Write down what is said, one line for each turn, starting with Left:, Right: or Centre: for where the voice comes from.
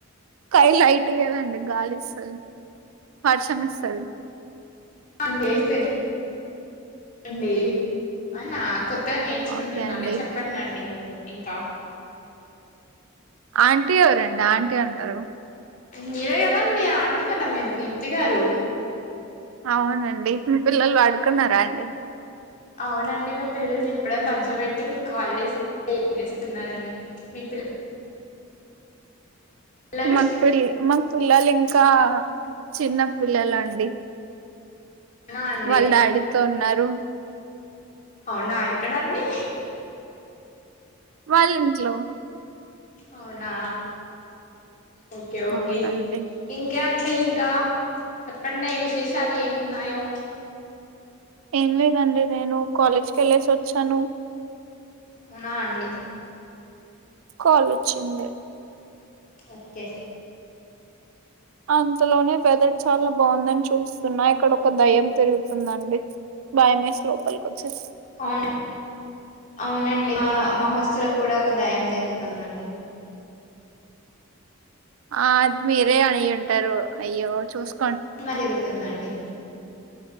Right: స్కై లైట్ ఈయదండి గాలి ఇస్తది వర్షం ఇస్తది
Left: అన్నీస్తది అండి అనా కొ కొత్త నేర్చుకుంటున్నాండి
Right: ఓకే అండి
Left: చెప్పండంటి ఇంకా
Right: ఆంటీ ఎవరండి ఆంటీంటారు
Left: మీరే గదండి ఆంటీ కదా మీరు దీప్తి గారు
Right: అవునండి మీ పిల్లల్వాడుకున్నారా అండి
Left: అవునండి మా పిల్లల్ని ఎప్పుడే బజోవెట్టి మీకు కాల్ చేస ఏం చేస్తున్నారని మీ పిల్ల పిల్లలు
Right: మా పిల్లలు ఇంకా చిన్న పిల్లలు అండి
Left: అవునా అండి
Right: వాళ్ళు డాడీతో ఉన్నారు
Left: అవునా ఎక్కడ అండి
Right: వాళ్ళ ఇంట్లో
Left: అవునా ఓకే ఓకే
Right: అవునండి
Left: ఇంకా చెప్పండి ఇంకా చెప్పండి విశేషాలు ఏమున్నాయో
Right: ఎమ్ లేదండి నేను కాలేజ్కి కి వెళ్ళసి వచ్చాను
Left: అవునా అండి
Right: కాల్ వచ్చింది
Left: ఓకే
Right: అంతలోనే వెదర్ చాలా బావుందని చూస్తున్నా ఇక్కడ ఒక దయ్యం తిరుగుతుందండి భయం వేసి లోపల్ కి వచ్చేసిన
Left: అవును అవునండి మా హాస్టల్ లో కూడా ఒక దయ్యం తిరుగుతుందండి
Right: ఆ అది మీరే అయింటారు అయ్యో చూసుకో
Left: దిమ్మ తిరుగుతుందండి